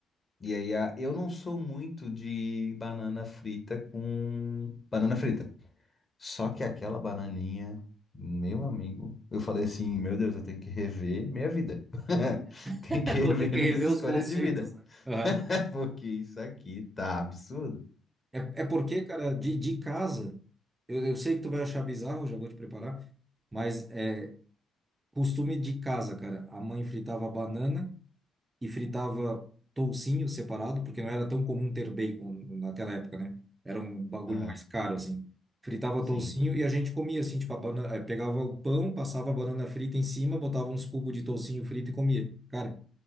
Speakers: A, on the left; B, on the right.
A: E aí, a- eu não sou muito de banana frita com banana frita. Só que aquela bananinha, meu amigo, eu falei assim, meu Deus, eu tenho que rever minha vida. <laughs> Tenho
B: <laughs>
A: que rever
B: Vou ter que
A: minhas
B: rever
A: escolhas
B: os conceitos,
A: de vida.
B: né? aham.
A: <laughs> Porque isso aqui tá absurdo.
B: É, é porque, cara, de, de casa, eu, eu sei que tu vai achar bizarro, já vou te preparar, mas é costume de casa, cara. A mãe fritava banana. e fritava toucinho separado, porque não era tão comum ter bacon naquela época, né? Era um bagulho
A: Ah,
B: mais caro, assim. Fritava
A: sim,
B: toucinho e a gente comia, assim, tipo, a banana, eh, pegava o pão, passava a banana frita em cima, botava uns cubos de toucinho frito e comia. Cara,